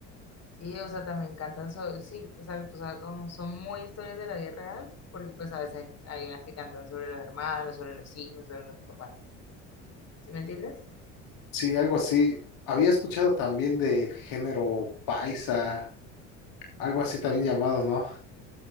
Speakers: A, on the left; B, on the left.
A: Sí, o sea, también cantan, so- sí, exacto, o sea, como son muy historias de la vida real, porque pues a veces hay unas que cantan sobre los hermanos, sobre los hijos, sobre los papás, ¿sí me entiendes?
B: Sí, algo así. Había escuchado también del género paisa, algo así también llamado, ¿no?